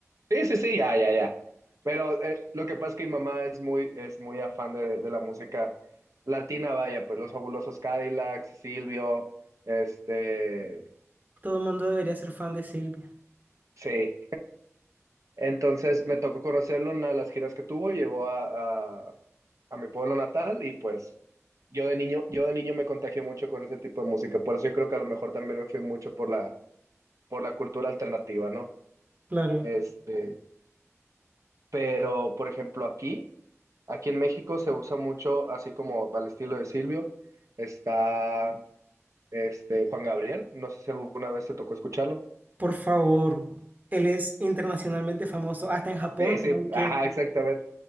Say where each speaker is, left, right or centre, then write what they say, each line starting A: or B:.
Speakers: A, on the right; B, on the right.
A: Sí, sí, sí, ya, ya, ya. Pero eh, lo que pasa es que mi mamá es muy, es muy afán de, de la música latina, vaya, pues los fabulosos Cadillacs, Silvio, este,
B: Todo el mundo debería ser fan de Silvia.
A: sí. Entonces me tocó conocerlo en una de las giras que tuvo, llegó a, a, a mi pueblo natal y pues yo de niño, yo de niño me contagié mucho con ese tipo de música, por eso yo creo que a lo mejor también me fui mucho por la, por la cultura alternativa, ¿no?
B: Claro,
A: Este, pero por ejemplo aquí Aquí en México se usa mucho, así como al estilo de Silvio, está este Juan Gabriel. No sé si alguna vez te tocó escucharlo.
B: por favor. Él es internacionalmente famoso. Hasta en Japón,
A: Sí, sí,
B: ¿saben quién
A: ajá,
B: <laughs> es?
A: exactamente.